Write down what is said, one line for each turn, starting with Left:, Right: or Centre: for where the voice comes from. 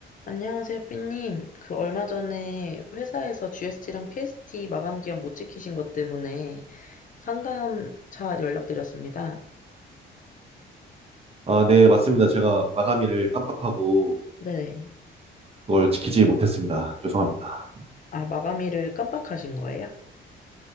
Left: 안녕하세요, 삐님. 그 얼마 전에 회사에서 GST랑 PST 마감 기한 못 지키신 것 때문에 상담차 연락드렸습니다.
Right: 아, 네, 맞습니다. 제가 마감일을 깜빡하고
Left: 네.
Right: 그걸 지키지 못했습니다. 죄송합니다.
Left: 아, 마감일을 깜빡하신 거예요?